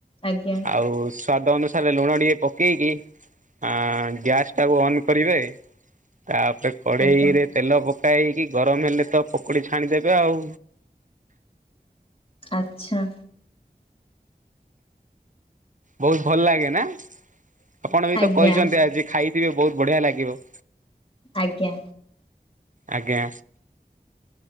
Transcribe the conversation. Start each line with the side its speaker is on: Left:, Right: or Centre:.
Left: ଆଜ୍ଞା।
Right: ଆଉ ସ୍ଵାଦ ଅନୁସାରେ ଲୁଣ ଟିକେ ପକେଇକି ଆ ଗ୍ୟାସ୍ ଟାକୁ ଅନ୍ କରିବେ ତାପରେ କଡ଼େଇରେ
Left: ଆଜ୍ଞା
Right: ତେଲ ପକାଇକି ମ ହେଲେ ତ ପକୁଡି ଛାଣିଦେବେ ଆଉ।
Left: ଆଚ୍ଛା।
Right: ବହୁତ ଭଲ ଲାଗେ ନା ଆପଣ ବି
Left: ଆଜ୍ଞା
Right: ତ କହିଛନ୍ତି ଆଜି ଖାଇଥିବେ ବହୁତ ବଢିଆ ଲାଗିବ।
Left: ଆଜ୍ଞା।
Right: ଆଜ୍ଞା